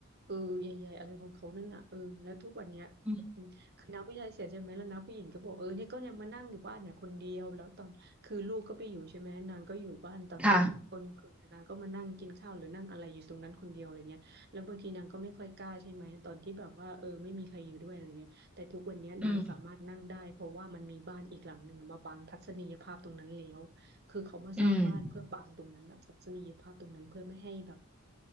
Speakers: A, on the right (about 50°); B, in the centre.
A: เออใหญ่ๆอะไรของเขานั่นน่ะเออแล้วทุกวันเนี้ยอืมคือน้าผู้ชายเสียใช่ไหมแล้วน้าผู้หญิงก็บอกเออเนี่ยก็ยังมานั่งอยู่บ้านเนี่ยคนเดียวแล้วตอนคือลูกก็ไปอยู่ใช่ไหมนางก็อยู่บ้านตอนกลางตอนคืนนางก็มานั่งกินข้าวหรือนั่งอะไรอยู่ตรงนั้นคนเดียวอะไรเงี้ยแล้วบางทีนางก็ไม่ค่อยกล้าใช่ไหมตอนที่แบบว่าเออไม่มีใครอยู่ด้วยอะไรเงี้ย
B: อืมค่ะ
A: แต่ทุกวันนี้นางสามารถนั่งได้เพราะว่ามันมีบ้านอีกหลังหนึ่งมาบังทัศนียภาพตรงนั้นแล้วคือเขามาสร้างบ้านเพื่อบังตรงนั้นอะทัศนียภาพตรงนั้นเพื่อไม่ให้แบบ
B: อืม อืม